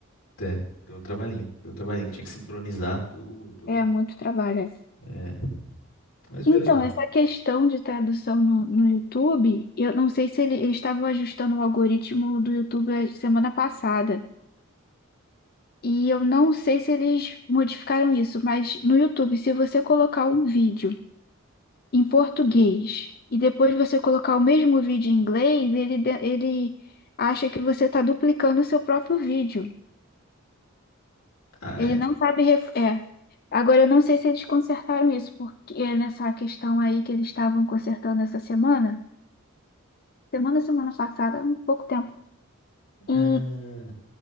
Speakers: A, on the left; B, on the left.
A: é, deu um trabalhinho, deu um trabalhinho que tinha que sincronizar tudo.
B: é muito trabalho. é.
A: É, mas
B: Então,
A: foi legal.
B: essa questão de tradução no, no YouTube, eu não sei se ele- eles estavam ajustando o algoritmo do YouTube a semana passada. E eu não sei se eles modificaram isso, mas no YouTube, se você colocar um vídeo em português e depois você colocar o mesmo vídeo em inglês, ele, de- ele acha que você está duplicando o seu próprio vídeo.
A: Ah,
B: Ele
A: é?
B: não sabe. ref- É. Agora, eu não sei se eles consertaram isso, porque é nessa questão aí que eles estavam consertando essa semana. Semana, semana passada, um pouco tempo. E
A: Ah,